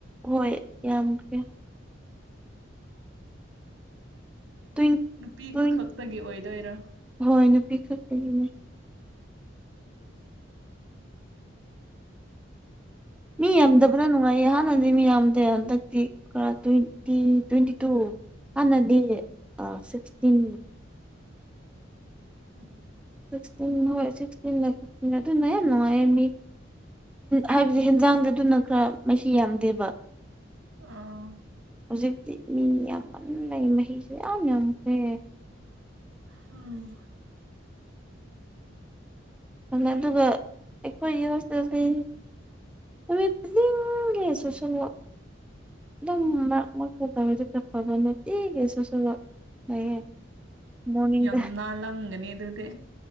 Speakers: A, in the centre; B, on the right (about 80°).
A: ꯍꯣꯏ ꯌꯥꯝꯈ꯭ꯔꯦ ꯇ꯭ꯋꯦꯟ
B: ꯅꯨꯄꯤ
A: ꯇ꯭ꯋꯦꯟ
B: ꯈꯛꯇꯒꯤ ꯑꯣꯏꯗꯣꯏꯔꯣ
A: ꯍꯣꯏ ꯅꯨꯄꯤ ꯈꯛꯇꯒꯤꯅꯦ ꯃꯤ ꯌꯥꯝꯗꯕꯅ ꯅꯨꯡꯉꯥꯢ ꯍꯥꯟꯅꯗꯤ ꯃꯤ ꯌꯥꯝꯗꯦ ꯍꯟꯗꯛꯇꯤ ꯈꯔ ꯇꯨ ꯇ꯭ꯋꯦꯟꯇꯤ ꯇꯨ ꯍꯥꯟꯅꯗꯤ ꯁꯤꯛꯁꯇꯤꯟ
B: ꯎꯝ
A: ꯁꯤꯛꯇꯤꯟ ꯍꯣꯢ ꯁꯤꯛꯇꯤꯟ ꯑꯗꯨꯅ ꯍꯦꯟꯅ ꯅꯨꯡꯉꯥꯏꯌꯦ ꯃꯤ ꯍꯥꯏꯕꯗꯤ ꯍꯦꯟꯖꯥꯡꯗꯤ ꯑꯗꯨꯅ ꯈꯔ ꯃꯍꯤ ꯌꯥꯝꯗꯦꯕ
B: ꯑꯥ
A: ꯍꯧꯖꯤꯛꯇꯤ ꯃꯤ ꯌꯥꯝꯃꯟꯕꯅ ꯃꯍꯤꯁꯨ ꯌꯥꯝ ꯌꯥꯝꯈ꯭ꯔꯦ
B: ꯑꯥ
A: ꯑꯗꯨꯒ ꯑꯩꯈꯣꯏꯒꯤ ꯍꯣꯁꯇꯦꯜꯗꯤ ꯅꯨꯃꯥꯠ ꯈꯨꯗꯤꯛꯒꯤ ꯁꯣꯁꯦꯜ ꯋꯥꯛ ꯑꯗꯨꯝ ꯃꯔꯛ ꯃꯔꯛꯇ ꯇꯧꯔꯗꯤ ꯈꯔ ꯐꯕ ꯅꯨꯡꯇꯤꯒꯤ ꯁꯣꯁꯦꯜ ꯋꯥꯛ ꯂꯩꯌꯦ ꯃꯣꯔꯅꯤꯡꯗ
B: ꯌꯥꯝ ꯅꯥꯜꯂꯝꯒꯅꯤ ꯑꯗꯨꯗꯤ